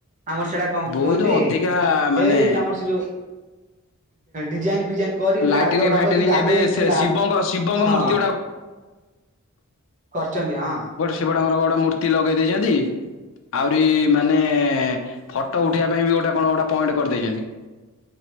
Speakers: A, on the right; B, on the left.
A: ଆମର ସେଇଟା। କଣ
B: ବହୁତ
A: କୁହନ୍ତି
B: ଅଧିକା ମାନେ
A: ଏ ଆମର ସେ ଯୋଉ ଡିଜାଇନ ଫିଜାଇନ। କରି
B: ଲାଇଟିନିଂ
A: ପୁରା ଆଗ ଫାଗ
B: ଫାଇଟିନିଂ
A: ଯେମିତି ଆଗେ
B: ଏବେ ସେ
A: ଥିଲା
B: ଶିବଙ୍କ ଶିବଙ୍କ
A: ହଁ।
B: ମୂର୍ତ୍ତି ଗୁଡା
A: କରିଚନ୍ତି ହଁ।
B: ସେପଟେ ଆମର ବଡ଼ ମୂର୍ତ୍ତି ଲଗେଇ ଦେଇଛନ୍ତି। ଆହୁରି ମାନେ ଫଟୋ ଉଠେଇିବା ପାଇଁ ବି ଗୋଟେ କଣ ଗୋଟେ ପଏଣ୍ଟ କରିଦେଇଛନ୍ତି।